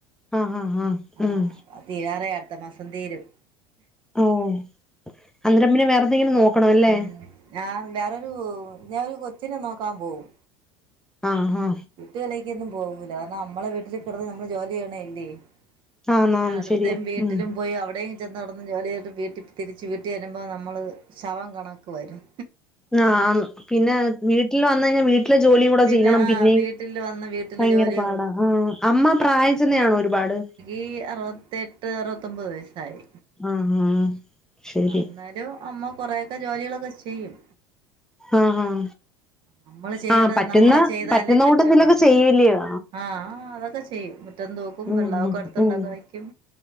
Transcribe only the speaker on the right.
ആഹ്
അത് തീരാറായ് അടുത്ത മാസം തീരും
ഉം ഞാൻ വേറൊരു ഞാനൊരു കൊച്ചിനെ നോക്കാൻ പോവും
വീട്ടുകളിലേക്കൊന്നും പോകൂല കാരണം നമ്മളെ വീട്ടില് കിടന്ന് നമ്മള് ജോലി ചെയ്യണം അല്ലേ
പിന്നെ
അടുത്ത
വീട്ടിലും
പോയി അവിടെയും, ചെന്ന് കടന്ന് ജോലിയിട്ട് വീട്ടിൽ തിരിച്ച് വീട്ടിൽ വരുമ്പോൾ നമ്മൾ ശവം കണക്ക വരും,
പിന്നെ
ആ
വീട്ടിൽ വന്ന് വീട്ടില്
ജോലി
ഈ അറുപത്തി എട്ട് അറുപത്തിമ്പത് വയസായി,
ആഹ് എന്നാലും അമ്മ കൊറെയൊക്കെ ജോലികളൊക്കെ ചെയ്യും,
നമ്മള് ചെയ്യെണ്ടെ
നമ്മള് ചെയ്താലേ
പറ്റുള്ളൂ
ആഹ് അതൊക്കെ, ചെയ്യും മുറ്റം തോക്കും
വെള്ളമൊക്കെ
അകത്തുണ്ടാക്കെ
വയ്ക്കും